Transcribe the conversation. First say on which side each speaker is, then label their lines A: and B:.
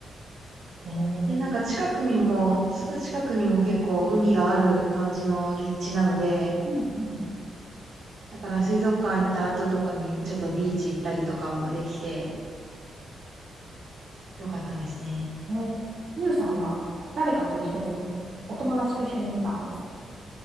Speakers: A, on the right; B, on the right.
A: う
B: で、なんか近くにも、すぐ近くにも結構海がある感じの立地なので、
A: んうん。
B: だから水族館行った後とかにちょっとビーチ行ったりとかもできてよかったですね。
A: えええゆうさんは誰かと一緒に、お友達と一緒に行ったのそ